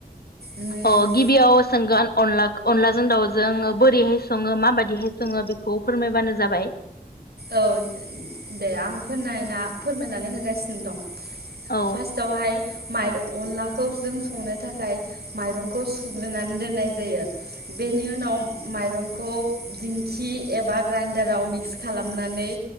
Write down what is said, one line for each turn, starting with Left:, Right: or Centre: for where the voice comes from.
Right: उम
Left: अ गिबियाव सोंगोन अनला अनलाजों दाउजों बोरैहाय सङो माबायदिहाय सङो बेखौ फोरमायबानो जाबाय।
Right: औ दे आं फोरमायना फोरमायनानै होगासिनो दं।
Left: औ
Right: फारस्ट आव हाय माइ अनलाखौ जों संनो थाखाय माइरंखौ सुग्रोनानै दोननाय जायो बेनि उनाव माइरंखौ दिंखि एबा ग्राइडाराव मिक्स खालामनानै